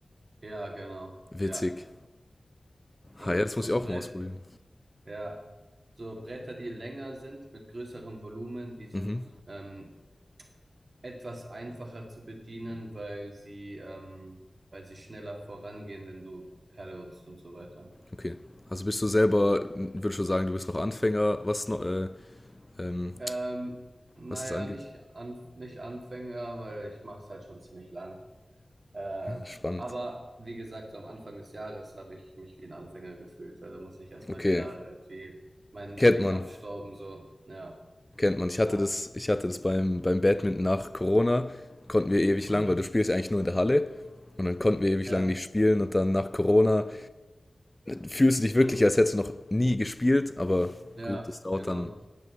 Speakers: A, on the right; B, on the left.
A: Ja, genau.
B: Witzig.
A: Ja. Und,
B: Ah, ja, das muss
A: und
B: ich auch
A: Brett,
B: mal ausprobieren.
A: ja. So Bretter, die länger sind, mit größerem Volumen, die sind
B: Mhm.
A: ähm, etwas einfacher zu bedienen, weil sie, ähm, weil sie schneller vorangehen, wenn du paddelst und so weiter.
B: Okay. Also bist du selber, würdest schon sagen, du bist noch Anfänger, was noch, äh, ähm,
A: Ähm, naja,
B: was das angeht?
A: nicht, an, nicht Anfänger, weil ich mache es halt schon ziemlich lang. Ähm,
B: Spannend.
A: aber wie gesagt, so am Anfang des Jahres habe ich mich wie ein Anfänger gefühlt, weil da muss ich erstmal
B: Okay.
A: wieder irgendwie mein,
B: Kennt
A: mich
B: man.
A: abstauben, so. Ja,
B: Kennt man. Ich
A: genau.
B: hatte das, ich hatte das beim, beim Badminton nach Corona, konnten wir ewig
A: <clears throat>
B: lang, weil du spielst eigentlich nur in der Halle. Und dann konnten wir ewig
A: Ja,
B: lang nicht spielen und dann nach Corona fühlst du dich
A: mm,
B: wirklich, als hättest du noch nie gespielt, aber
A: ja,
B: gut, das dauert
A: genau,
B: dann,